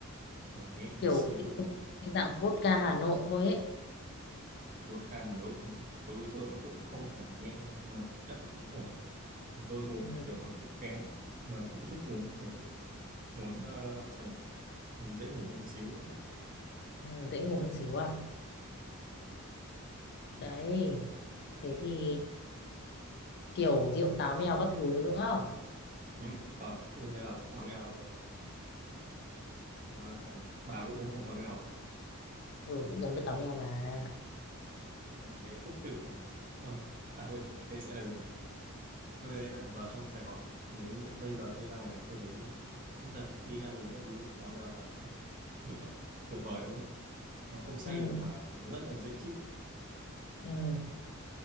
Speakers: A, on the right; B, on the left.
A: còn nhẹ một
B: Kiểu
A: xíu
B: cái- cái dạng vodka Hà Nội thôi ấy.
A: vodka Hà Nội đối với tôi nó cũng không phải nhẹ đâu, mà chắc cũng ổn Thì tôi uống
B: Ừ,
A: kiểu nó cũng kém mà cũng thích uống bởi vì muốn ờ, sao nhỉ Muốn dễ ngủ hơn một xíu
B: ừ, dễ ngủ hơn xíu à. Đấy, thế thì kiểu rượu táo mèo các thứ nữa.
A: ừ. hợp tôi thấy hợp táo mèo à, bà cũng uống là táo mèo à?
B: Ừ, cũng uống được táo mèo mà.
A: ừ, đấy là quốc tử mà không à quên đấy sẽ là gì nhỉ tôi thấy là vào trong Sài Gòn đến bây giờ tôi ra ngoài tôi thấy chúng ta đi ăn uống các thứ táo mèo là kiểu lựa chọn tuyệt vời luôn đấy nó không say
B: Ừ,
A: được mà nó rất là dễ chịu
B: ừ.